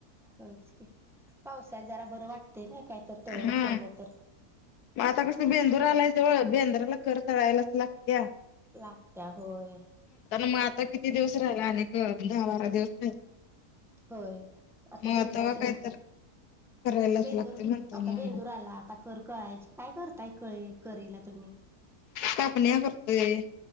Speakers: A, in the centre; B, on the left.
A: होच की पावसाात जरा बरं वाटत एना काही तर तळून
B: हा
A: खाल्लं तर
B: मग आता कसं बेंदूर आलायचं बेंद्राला कर करायलाच लागते्या
A: लागत होय.
B: मग आता किती दिवस राहिला अनेक दहा बारा दिवस राहिला.
A: होय आता
B: मग
A: बेंद्राचीच.
B: तवा काय तर करायलाच
A: बेंदूर
B: लागते म्हणताना
A: आता बेंदूर आला आता कर कळायचे काय करताय क करीला? तुम्ही
B: कापण्या करतोय